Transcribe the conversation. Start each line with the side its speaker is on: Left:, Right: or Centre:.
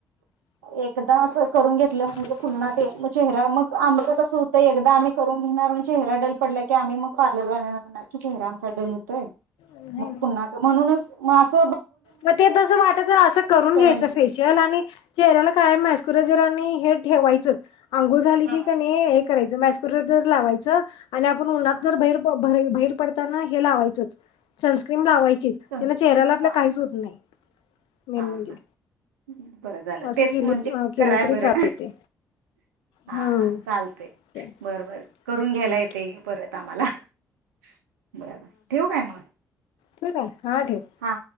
Right: एकदा असं करून घेतलं म्हणजे
Left: <unintelligible>
Right: पुन्हा ते मग चेहरा मग आ कस होतय एकदा आम्ही करून घेणार चेहरा डल पडला की आम्ही मग पारल <unintelligible> कि चेहरा डल होतय
Left: नाही
Right: मग पुन्हा का म्हणूनच मास
Left: मग ते तसं वाटाचं असं करून घ्यायचं
Right: म्हटलं.
Left: फेशियल आणि चेहराला कायम मसकोरायझर हे ठेवायचंच अंघोळ झाली
Right: हा
Left: की क नाय करायच मास्कुराय्जर लावायच आणि आपण उनात
Right: हा
Left: जर भेर बाहेर पडताना हे लावायचं होत सनस्क्रीम लावायची चे
Right: संस्कृत
Left: तिने चेहऱ्याला आपल्या काहीच
Right: हा
Left: होत नाही मेन
Right: हा
Left: म्हणजे
Right: बरं झालं
Left: असं
Right: तेच
Left: केली
Right: म्हणजे
Left: केलं
Right: कराया
Left: तरी
Right: बरं
Left: चालते
Right: हा
Left: हम्म
Right: हा चालतेय
Left: ते
Right: बरोबर करून
Left: चालते
Right: घ्यायला येते परत आम्हाला <unintelligible> बरोबर ठेव काय मग
Left: ठेऊ का आहे हा ठेव
Right: हा